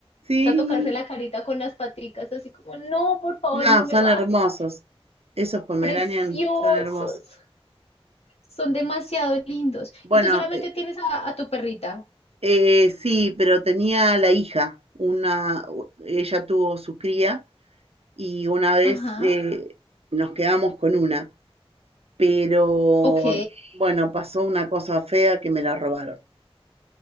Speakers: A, on the right; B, on the left.
A: Sí.
B: a tocarse la carita con las paticas, así como, no, por favor,
A: No,
B: no me
A: son
B: bajes.
A: hermosos. Esos Pomeranian
B: Preciosos,
A: son hermosos.
B: son demasiado lindos.
A: Bueno,
B: Y tú solamente
A: eh,
B: tienes a, a tu perrita.
A: eh, sí, pero tenía la hija, una, u- ella tuvo su cría y una vez
B: Ajá,
A: eh, nos quedamos con una, pero
B: ok.
A: bueno, pasó una cosa fea que me la robaron.